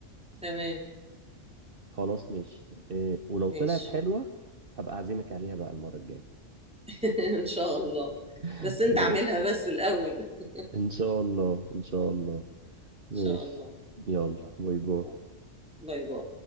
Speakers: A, in the centre; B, on the right.
A: تمام
B: خلاص ماشي آه، ولو
A: ماشي
B: طلعت حلوه هبقى اعزمك عليها بقى المره الجايه
A: <laughs> ان شاء الله
B: <laughs>
A: بس انت
B: ماشي
A: اعملها بس الاول ان
B: ان شاء الله ان شاء الله ماشي
A: شاء الله
B: يلا باي باي
A: آه. باي باي